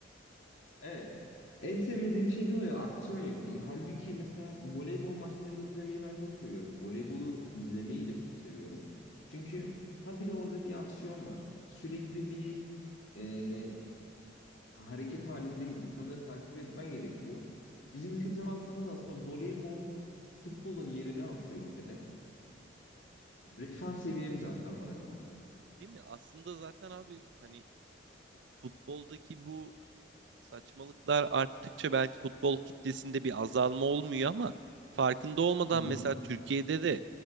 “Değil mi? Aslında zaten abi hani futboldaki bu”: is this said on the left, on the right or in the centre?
Right